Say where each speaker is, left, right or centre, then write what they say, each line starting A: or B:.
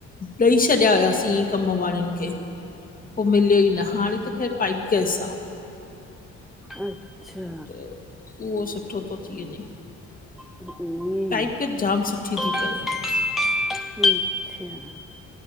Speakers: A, on the left; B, in the centre.
A: ॾेई छॾिया हुआसीं कम वारनि खे पो मिलियो ई न हाणे त ख़ैरु पाइप गैस आ।
B: अच्छा
A: त उहो सुठो थो थी वञे
B: ईअं
A: पाइप गैस जाम सुठी थी पए
B: <unintelligible>